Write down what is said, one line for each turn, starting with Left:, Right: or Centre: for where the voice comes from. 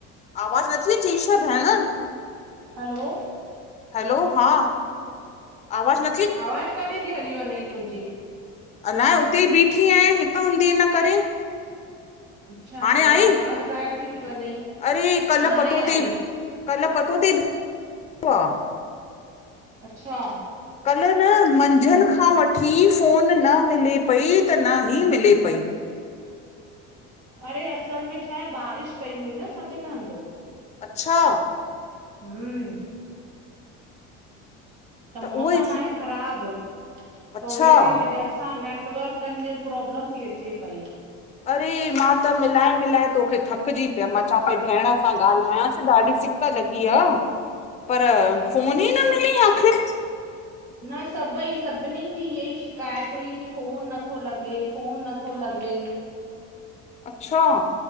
Left: आवाज़ नथी अचेई छा भेण?
Right: हलो,
Left: हैलो हा आवाज न
Right: आवाज काॾे ती हली वञेई तुंहिंजी?
Left: अलाए उते ई बीठी आयां हिक हूंदी हिन करे।
Right: अच्छा,
Left: हाणे
Right: अलाए
Left: आई
Right: आवाज़ु ग़ाइब ती थी वञई।
Left: अरे कल्ह
Right: हाणे
Left: पतो
Right: आई
Left: ती कल्ह पतो थी हा।
Right: अच्छा।
Left: कल्ह न मंझंन खां वठी फ़ोन न मिले पई त न ई मिले पई।
Right: अड़े असल में छाहे बारिश पई हुई न सभिनि हंधि।
Left: अच्छा।
Right: हूं, त मौसमु
Left: उहो ई
Right: आहे ख़राबु त
Left: अच्छा
Right: हुनजी वजह सां न टवर्कनि जी प्रॉब्लम थी अचे पई।
Left: अरे मां त मिलाए मिलाए तोखे थकिजी पियम मां चवां पई भेण सां ॻाल्हायांस ॾाढी सिक लॻी आ, पर फोन ई न मिली आखिर
Right: न सभई सभिनीनि जी इअ ई शिकायत हुई की फोन नथो लॻे। फ़ोन नथो लॻे।
Left: अच्छा,